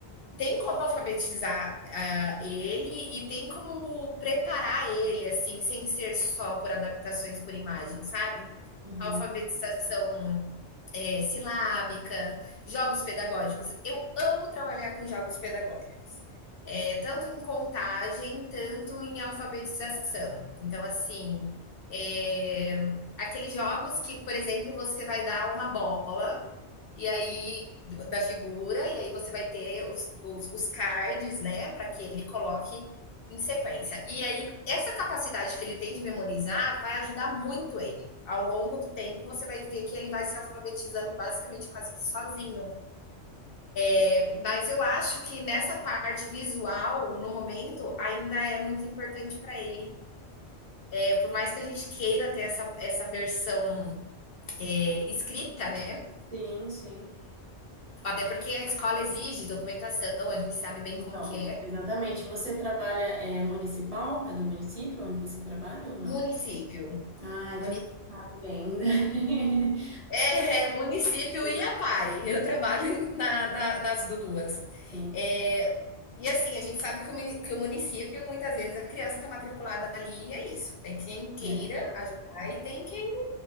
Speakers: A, on the left (about 60°); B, on the right (about 35°).
A: tem como alfabetizar uh, ele e tem como preparar ele, assim, sem ser só por adaptações por imagem, sabe?
B: uhum.
A: Alfabetização é, silábica, jogos pedagógicos. Eu amo trabalhar com jogos pedagógicos. é, tanto em contagem, tanto em alfabetização. Então, assim, é, aqueles jogos que, por exemplo, você vai dar uma bola e aí da figura, e aí você vai ter os, os, os cards, né, para que ele coloque em sequência. E aí, essa capacidade que ele tem de memorizar vai ajudar muito ele. Ao longo do tempo, você vai ver que ele vai se alfabetizando basicamente quase que sozinho. É, Mas eu acho que nessa parte visual, no momento, ainda é muito importante para ele. É, por mais que a gente queira ter essa, essa versão é, escrita, né?
B: Sim, sim.
A: Até porque a escola exige documentação, a gente sabe bem
B: Então,
A: como que é.
B: exatamente. Você trabalha é municipal? É do município onde você trabalha ou não?
A: Município,
B: Ah, então
A: município.
B: você sabe bem. <laughs>
A: É, é município
B: Do-
A: e a PAI. Eu trabalho na, na, nas duas.
B: Sim.
A: É, e assim, a gente sabe que o, que o município, muitas vezes, a criança está matriculada ali e é isso. Tem quem queira
B: É.
A: ajudar e tem quem